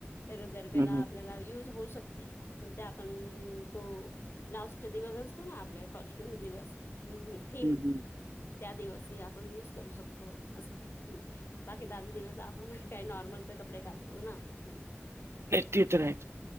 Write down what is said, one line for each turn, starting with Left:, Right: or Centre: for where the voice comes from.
Left: तर गरब्याला
Right: हम्म, हम्म,
Left: आपल्याला युज होऊ शकतय, म्हणजे आपण तो लाउ तो दिवस असतो ना आपला कॉस्ट्यूम दिवस, हं हं थीम
Right: हम्म, हम्म.
Left: त्या दिवसी आपण युज करू शकतो असं, हं. बाकी त आठ दिवस आपण काही नॉर्मल तर कपडे घालतोच ना, तेच
Right: नाही ते तर आहेच,